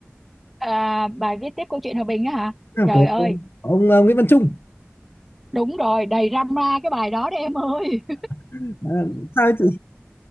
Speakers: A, in the centre; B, on the left.
A: à, bài viết tiếp câu chuyện hòa bình á hả
B: à,
A: trời
B: của
A: ơi
B: ông ờ, Nguyễn Văn Trung
A: đúng rồi đầy drama cái bài đó đấy em ơi
B: à, sao ấy chị